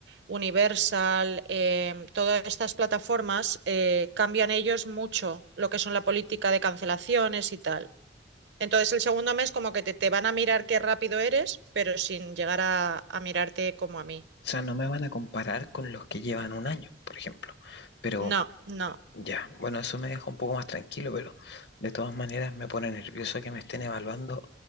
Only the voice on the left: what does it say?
O sea, no me van a comparar con los que llevan un año, por ejemplo, pero
Ya, bueno, eso me deja un poco más tranquilo, pero de todas maneras me pone nervioso que me estén evaluando,